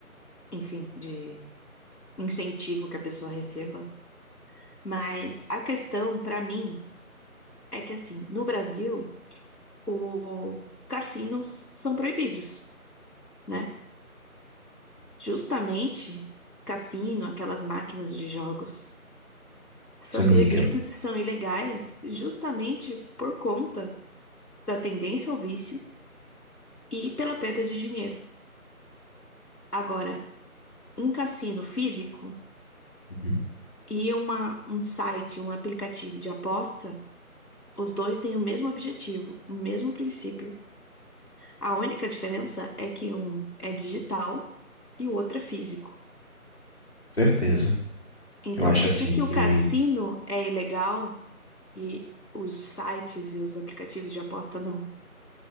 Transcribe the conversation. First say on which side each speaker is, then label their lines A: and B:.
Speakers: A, on the left; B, on the left.
A: enfim, de incentivo que a pessoa receba. Mas a questão para mim é que assim, no Brasil, os cassinos são proibidos, né? Justamente cassino, aquelas máquinas de jogos, são
B: Essa níquel.
A: proibidos e são ilegais justamente por conta da tendência ao vício e pela perda de dinheiro. Agora, um cassino físico
B: Uhum,
A: e uma, um site, um aplicativo de aposta Os dois têm o mesmo objetivo, o mesmo princípio. A única diferença é que um é digital e o outro é físico.
B: certeza.
A: Então,
B: Eu acho
A: por
B: assim
A: que que
B: que
A: o cassino é ilegal e os sites e os aplicativos de aposta não?